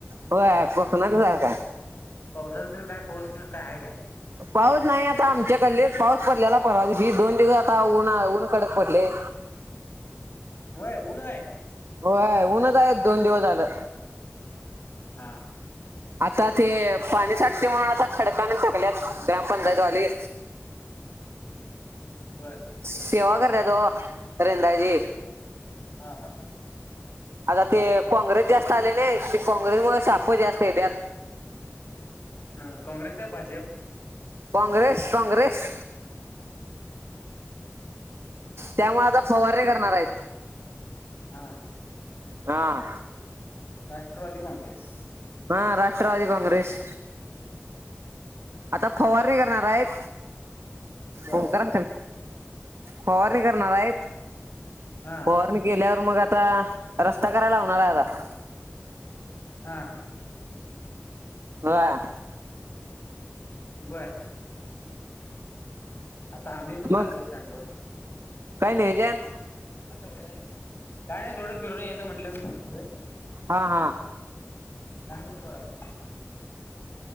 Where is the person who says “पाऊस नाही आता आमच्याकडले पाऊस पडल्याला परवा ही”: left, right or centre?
Right